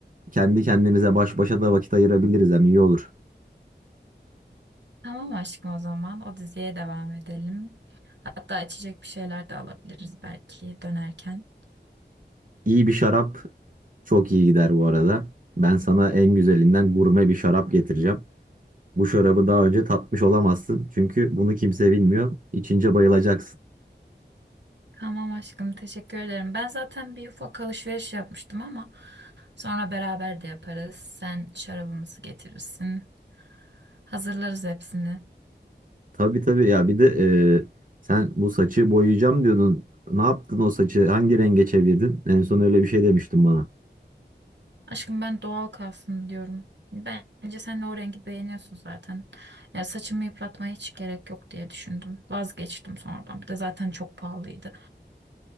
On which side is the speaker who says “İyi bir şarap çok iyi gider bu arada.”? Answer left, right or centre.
Right